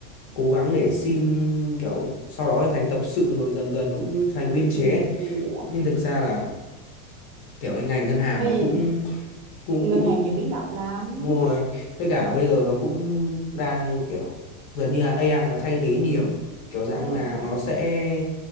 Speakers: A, on the left; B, on the right.
A: cố gắng để xin kiểu sau đó thì thành tập sự rồi dần dần cũng thành biên chế
B: ừ.
A: ấy. nhưng thực ra là kiểu cái ngành ngân hàng
B: cái
A: nó
B: gì
A: cũng cũng
B: ngân
A: cũng
B: hàng nhiều biến động lắm
A: Đúng rồi. Với cả bây giờ nó cũng đang kiểu dần như là AI nó thay thế nhiều. Kiểu dạng
B: đúng rồi
A: là
B: đúng rồi
A: nó sẽ